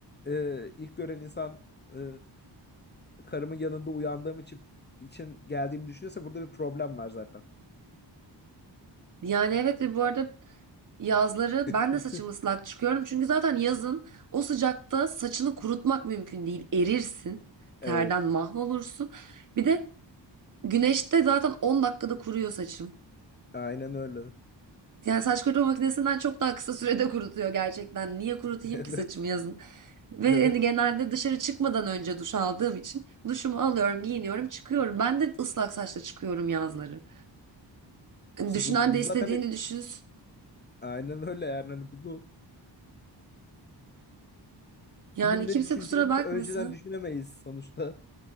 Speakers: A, on the left; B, on the right.
A: e, ilk gören insan e, karımın yanında uyandığım için, için geldiğimi düşünüyorsa burada bir problem var zaten.
B: Yani evet ve bu arada yazları
A: <laughs>
B: ben de saçım ıslak çıkıyorum. Çünkü zaten yazın o sıcakta saçını kurutmak mümkün değil. Erirsin.
A: Evet.
B: Terden mahvolursun. Bir de güneşte zaten 10 dakikada kuruyor saçım.
A: Aynen öyle.
B: Yani saç kurutma makinesinden çok daha kısa sürede kurutuyor gerçekten. Niye kurutayım
A: <laughs> Evet.
B: ki saçımı yazın? Ve
A: Evet.
B: hani genelde dışarı çıkmadan önce duş aldığım için duşumu alıyorum, giyiniyorum, çıkıyorum. Ben de ıslak saçla çıkıyorum yazları. Hani,
A: İşte
B: Düşünen
A: bu, bu
B: de istediğini
A: zaten bir-
B: düşünsün.
A: aynen öyle yani. Hani bunu
B: Yani
A: kimin ne
B: kimse
A: düşüneceğini
B: kusura bakmasın.
A: önceden düşünemeyiz sonuçta.